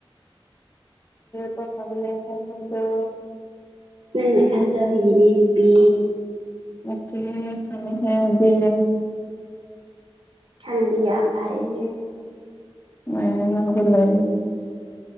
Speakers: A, on the left; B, on the right.
A: ꯄ ꯃꯜꯦ ꯃꯗꯨ
B: ꯅꯪꯅ ꯈꯟꯖꯕꯒꯤꯅꯦ ꯅꯨꯄꯤ
A: ꯑꯣ ꯀꯃꯤ ꯍꯕꯤ
B: ꯈꯔꯗ ꯥꯏ
A: ꯑ ꯉꯔ